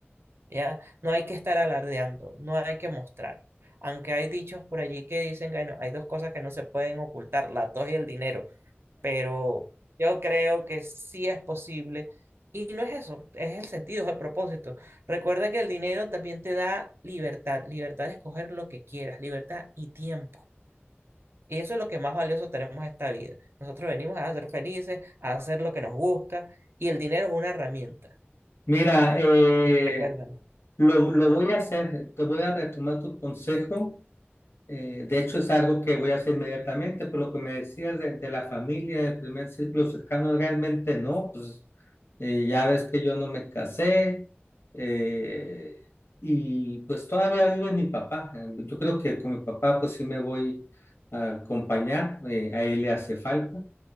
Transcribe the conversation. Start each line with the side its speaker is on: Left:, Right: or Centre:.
Right: ¿ya? No hay que estar alardeando, no hay que mostrar. Aunque hay dichos por allí que dicen que bueno, hay dos cosas que no se pueden ocultar, la tos y el dinero pero yo creo que sí es posible. Y no es eso, es el sentido, es el propósito. Recuerda que el dinero también te da libertad, libertad de escoger lo que quieras, libertad y tiempo. Y eso es lo que más valioso tenemos en esta vida. Nosotros venimos a ser felices, a hacer lo que nos gusta, y el dinero es una herramienta.
Left: Mira, eh,
Right: Recuerda.
Left: lo, lo voy a hacer, te voy a retomar tu consejo Eh, de hecho, es algo que voy a hacer inmediatamente, por lo que me decías de, de la familia, del primer círculo cercano, realmente no, pues eh, ya ves que yo no me casé eh, y pues todavía vive mi papá. Eh, Yo creo que con mi papá pues sí me voy a acompañar, eh, a él le hace falta.